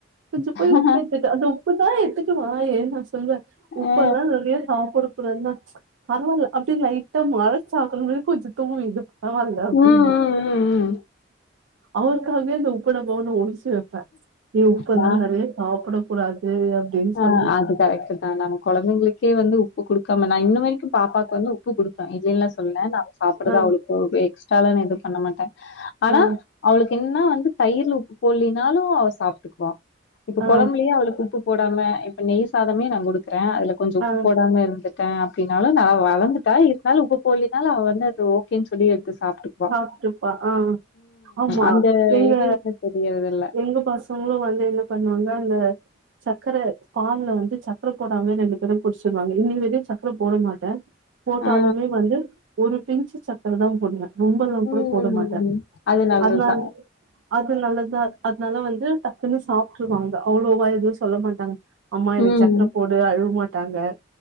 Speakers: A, on the right; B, on the left.
A: கொஞ்சோ போய்
B: ஆ
A: உப்பு எடுத்துட்டு அந்த உப்பதா எத்துட்டு வாயே நா சொல்வ உப்பெல்லா‌
B: ஆ
A: நறைய சாப்பட கூடாது கூடாதுனா பரவாயில்ல அப்டின் லை ட்டா மழ சாத்தணுமேன் கொஞ்சோ தோணுது இது பரவாயில்ல அப்டிந்து
B: ம் ம் ம் ம்
A: அவளுக்காகவே அந்த உப்பு டப்பாவலா ஒலிச் ட்டு வைப்பே நீ உப்பெல்லா
B: நா
A: நறைய சாப்பட கூடாது அப்டின்
B: ஆ
A: சொல்லிட்
B: <unintelligible> நம்ம கொழந்தைங்களுக்கே வந்து உப்பு குடுக்காம நா இன்ன வரைக்கும் பாப்பாக்கு வந்து உப்பு குடுப்ப இல்லேல்லா சொல்லல ந சாப்படுறதா
A: ஆ
B: அவுளுக்குவே எக்ஸ்ட்ரால எது பண்ண மாட்ட ஆனா
A: ஆ
B: அவளுக்கு என்னா வந்து தயிர்ல உப்பு போல்லினாலு அவ சாப்ட்டுக்குவா இப்ப
A: ஆ
B: கொழம்புலயு அவளுக்கு உப்பு போடாம இப்ப நெய் சாதமே நா குடுக்குற அதுல கொஞ்சோ உப்பு
A: ஆ
B: போடாம இருந்து ட அப்டினாலு நா வளந்துட்டா இருந்தாலு உப்பு போட்லேனாலு அவ வந்து அது ஓகேன் சொல்லி எடுத்து சாப்ட்டுக்
A: சாப்ட்டுப்பா ஆ ஆமா
B: அந்த
A: எங்க
B: இது இன்னும் தெரியறதில்ல
A: எங்க பஸ் அவுங்களு வந்து என்ன பண்ணுவாங்க அங்க சக்கர பால்ல வந்து சக்கர போடாம்லே ரெண்டு பேரு குடிச்சிருவாங்க இன்னி வரையு சக் சக்கர போட மாட்ட போட்டாலுமே
B: ஆ
A: வந்து ஒரு பின்ச்சு சக்கர தா போடுவ ரொம்பல்லா கூட
B: ம்
A: போட மாட்ட
B: அது நல்லதுதான்
A: அதனால் அதுநால்லதா அதனால வந்து டக்குன்னு சாப்ட்ருவாங்க அவ்ளோவா எது சொல்ல மாட்டாங்க அம்மா எனக்கு
B: ம்
A: சக்கர போடு அழுவ மாட்டாங்க